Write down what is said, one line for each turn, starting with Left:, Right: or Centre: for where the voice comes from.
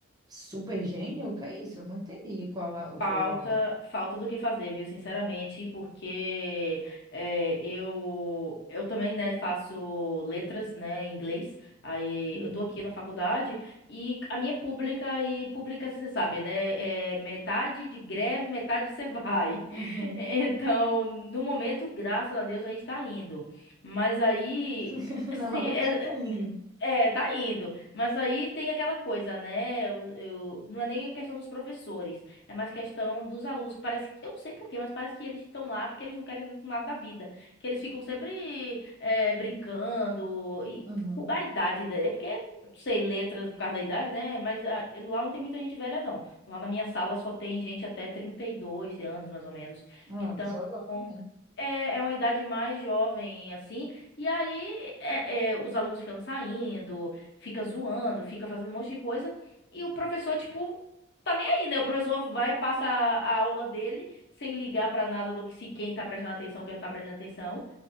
Right: super gênio? O que é isso? Eu não entendi qual a- o
Left: Falta,
Right: problema dela.
Left: falta do que fazer, viu? Sinceramente, porque eh, eu, eu também, né, faço letras, né, em inglês. Aí
Right: Uhum.
Left: eu tô aqui na faculdade e a minha é pública e pública, você sabe, né, é metade de greve, metade você vai.
Right: Uhum.
Left: <laughs> Então, no momento, graças a Deus, a gente tá indo. Mas aí,
Right: <laughs>
Left: assim,
Right: Normalmente
Left: é,
Right: a gente tá indo.
Left: é, tá indo. Mas aí tem aquela coisa, né? Eu, eu- não é nem a questão dos professores, é mais questão dos alunos, que parece que, eu não sei por quê, mas parece que eles estão lá porque eles não querem nada da vida. Que eles ficam sempre é, brincando. E
Right: Uhum.
Left: o- a idade, da- é porque, não sei, letras por causa da idade, né? Mas ah, eu- lá não tem muita gente velha, não. Lá na minha sala só tem gente até 32 anos, mais ou menos.
Right: Ah,
Left: Então.
Right: pessoal jovem mesmo.
Left: É, é uma idade mais jovem, assim, e aí é- é, os alunos ficam saindo, fica zoando, fica fazendo um monte de coisa, e o professor, tipo, tá nem aí, né? O professor vai, passa a aula dele sem ligar pra nada do que se quem tá prestando atenção, quem não tá prestando atenção.